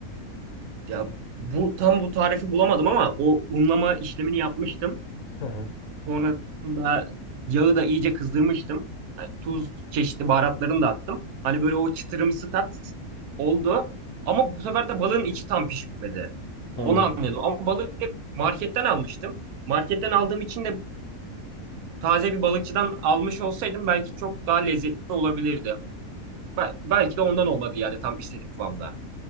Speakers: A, on the right; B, on the left.
A: ya bu tam bu tarifi bulamadım ama o unlama işlemini yapmıştım.
B: Hı hı.
A: Sonrasında yağı da iyice kızdırmıştım. Yani tuz çeşitli baharatlarını da attım. Hani böyle o çıtırımsı tat oldu. Ama bu sefer de balığın içi tam pişmedi. Onu
B: Hmm.
A: anladım. Ama balığı hep marketten almıştım. Marketten aldığım için de taze bir balıkçıdan almış olsaydım belki çok daha lezzetli olabilirdi. Bel- belki de ondan olmadı yani tam istediğim kıvamda.